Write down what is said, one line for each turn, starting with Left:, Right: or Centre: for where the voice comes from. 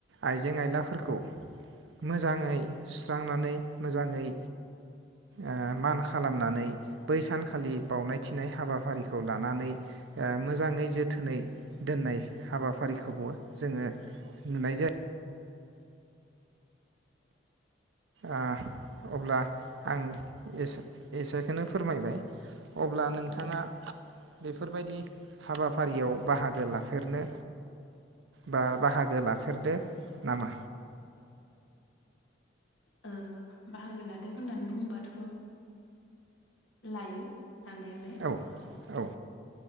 Right: आइजें-आयलाफोरखौ मोजाङै सुस्रांनानै मोजाङै ओ मान खालामनानै बै सानखालि बावनाय थिनाय हाबाफारिखौ लानानै ओ मोजाङै जोथोनै दोननाय हाबाफारिखौबो जोङो नुनाय जायो। आ अब्ला आं एसे-एसेखौनो फोरमायबाय। अब्ला नोंथाङा
Left: औ
Right: बे फोरबायदि हाबाफारियाव बाहागो लाफेरनो बा बाहागो लाफेरदो नामा?
Left: <inaudible> ओ बाहागो लादों होननानै बुंबाथ' लायो लानालाय
Right: औ औ